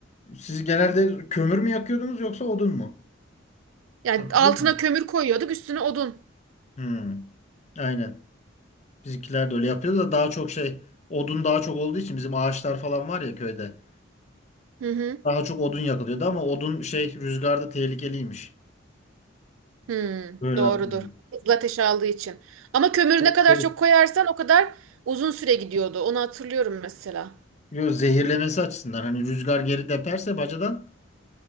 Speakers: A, on the left; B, on the right.
A: Siz genelde kömür mü yakıyordunuz yoksa odun mu?
B: Yani
A: Hatırlıyor
B: altına
A: musun?
B: kömür koyuyorduk, üstüne odun.
A: Hmm, aynen. Bizimkiler de öyle yapıyordu da daha çok şey odun daha çok olduğu için bizim ağaçlar falan var ya köyde.
B: Hı hı.
A: Daha çok odun yakılıyordu ama odun şey rüzgarda tehlikeliymiş.
B: Hı,
A: Böyle
B: doğrudur.
A: hatırlıyorum.
B: Hızlı ateş aldığı için. Ama kömürü
A: Çok
B: ne kadar
A: tehlikeli.
B: çok koyarsan o kadar uzun süre gidiyordu. Onu hatırlıyorum mesela.
A: Yo, zehirlemesi açısından hani rüzgar geri deperse bacadan